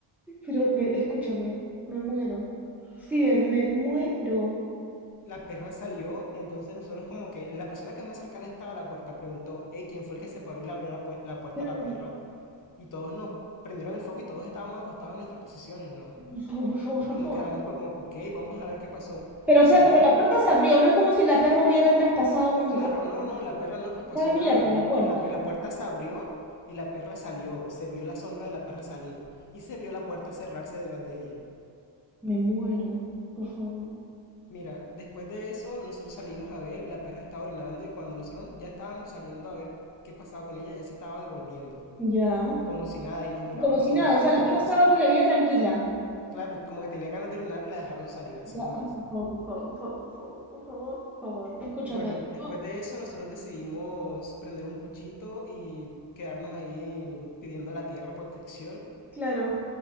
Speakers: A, in the centre; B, on the left (about 45°).
A: Pero me- escúchame, me muero. Steven, me muero.
B: La perra salió, entonces nosotros como que la persona que más cercana estaba a la puerta preguntó, hey, ¿quién fue el que se paró y le abrió la, pu- la puerta
A: Claro,
B: a la perra? Y todos nos prendieron el foco y todos estábamos acostados en nuestras posiciones, ¿no?
A: Por favor, por favor, por
B: Nos
A: favor.
B: quedamos como, ok, vamos a ver qué pasó.
A: Pero, o
B: Salimos,
A: sea, pero la puerta se abrió, no es como si la perra hubiera traspasado como
B: Claro,
A: si fuera
B: no, no, la
A: un...
B: perra no traspasó
A: Estaba abierta
B: nada. La,
A: la puerta.
B: pu- la pe- la puerta se abrió y la perra salió. Se vio la sombra de la perra salir y se vio la puerta cerrarse detrás de ella.
A: Me muero, por favor.
B: Mira, después de eso nosotros salimos a ver, la perra estaba orinando y cuando nosotros ya estábamos saliendo a ver qué pasaba con ella, ya se estaba devolviendo,
A: Ya.
B: como si nada, y nos miraba
A: Y como
B: como
A: si nada,
B: que, bueno,
A: o sea,
B: aquí
A: la perra
B: no pasaba.
A: estaba, se le veía tranquila.
B: Claro, como que tenía ganas de orinar y la dejaron salir, así
A: Ya,
B: nomás.
A: ay, por favor, por favor, por favor, por favor, por favor, escúchame.
B: Bueno, después
A: No,
B: de eso nosotros decidimos prender un puchito y quedarnos ahí pidiendo a la tierra protección.
A: claro,